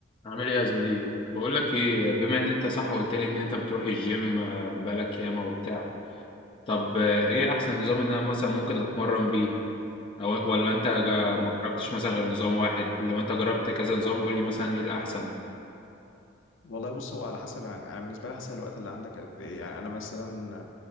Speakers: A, on the left (about 25°); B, on the left (about 70°).
A: عامل ايه يا زميلي بقول لك ايه بما ان انت صح قلت لي ان انت بتروح الجيم آه، بقالك ياما وبتاع طب آه، ايه احسن نظام ان انا مثلا ممكن اتمرن بيه أو ولا انت جا-
B: والله
A: ما جربتش مثلا غير نظام واحد لو انت جربت كذا نظام قول لي مثلا ايه الاحسن
B: والله بص هو على حسب يعني انا بالنسبه لي حسب الوقت اللي عندك قد ايه يعني انا مثلا